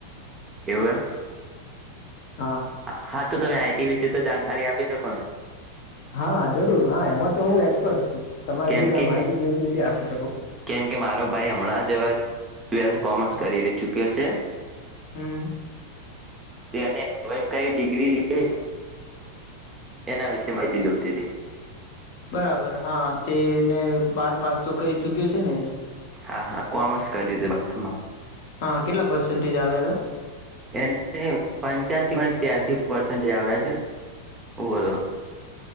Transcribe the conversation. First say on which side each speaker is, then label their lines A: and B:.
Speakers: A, on the right (about 15°); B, on the left (about 50°).
A: એવું એમ
B: હા
A: હા તો તમે આઈટી વિશે તો જાણકારી આપી શકો. કોને
B: હા જરૂર હા એમાં તો હું એક્સપર્ટ છું તમારે
A: કેમ
B: જે જં
A: કે
B: માહિતી જોયતી હોય તે આપીશ. સું.
A: કેમ કે મારો ભાઈ હમણાં જવા ટ્વેલ્થ કોમર્સ કરી ર ચુક્યો છે.
B: હમ.
A: તેને હવે કઈ ડિગ્રી લેવી. એના વિશેે માહિતી જોતી હતી.
B: બરાબર હા તેને બાર પાસ તો કરી ચુક્યો છે ને
A: હા હા કોમર્સ કર્યું હતું બારમાં
B: હા. કેટલા પર્સન્ટેજ આવ્યા હતા.
A: એને પંચ્યાસી પો ત્યાસી પસ આવ્યા છે ઓવરલ